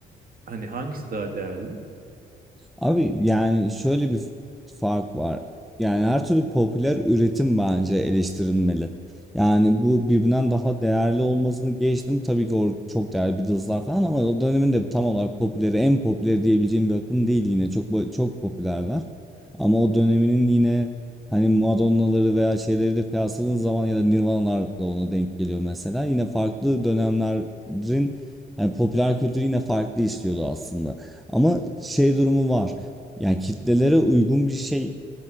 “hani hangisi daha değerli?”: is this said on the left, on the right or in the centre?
Right